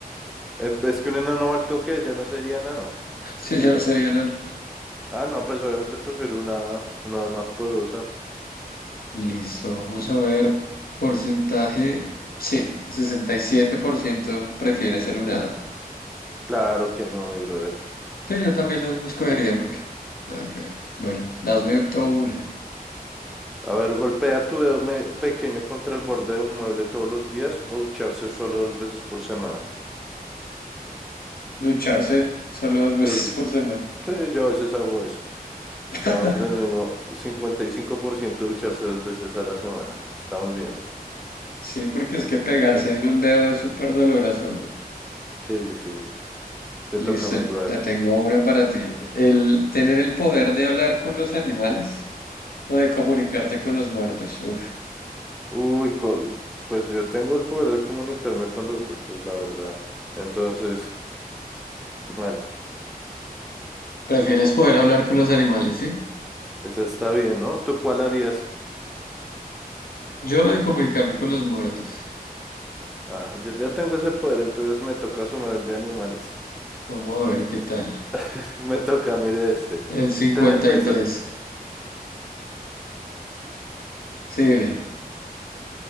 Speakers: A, in the centre; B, on the left.
A: Eh, Es que un enano alto que ya no sería enano.
B: Sí, yo no sería enano.
A: Ah, no, pues obviamente prefiero una, una más poderosa.
B: Listo, vamos a ver. Porcentaje. Sí, el 67% prefiere ser un hada.
A: Claro que no, mi brother.
B: Sí, yo también lo escogería porque. Nada que ver. Bueno, hazme auto una.
A: A ver, golpea tu dedo me- pequeño contra el borde de un mueble todos los días o ducharse solo dos veces por semana.
B: Ducharse solo dos veces
A: Dos,
B: por semana.
A: sí, yo a veces hago eso. Estamos
B: <laughs>
A: del mismo 55% ducharse dos veces a la semana. Estamos bien.
B: Sí, porque es que pegarse en un dedo es súper doloroso,
A: Sí, sí, te
B: Listo,
A: toca, my brother.
B: la tengo una para ti. El tener el poder de hablar con los animales o de comunicarte con los muertos. Uf.
A: Uy, co- pues yo tengo el poder de comunicarme con los muertos, la verdad. Entonces, mal,
B: ¿Prefieres poder hablar con los animales, sí?
A: esa está bien, ¿no? ¿Tú cuál harías?
B: Yo de comunicarme con los muertos.
A: Ah, yo ya tengo ese poder, entonces me toca sumar el de animales.
B: Vamos a ver qué tal.
A: <laughs> Me toca, mire este.
B: El cincuenta
A: Tener pesa...
B: y tres Sí, dime.